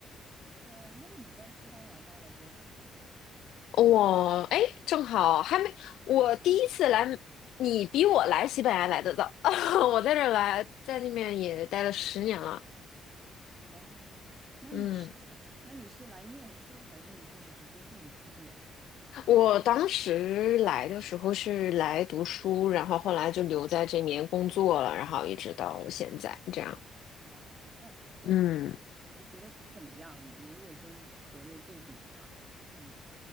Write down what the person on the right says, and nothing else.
哦，那你在西班牙待了多久呀？
哇哦，那你是
那你是来念书还是就是直接定居的呀？
哦，那呃，
你觉得怎么样？你如果跟国内对比的话，嗯，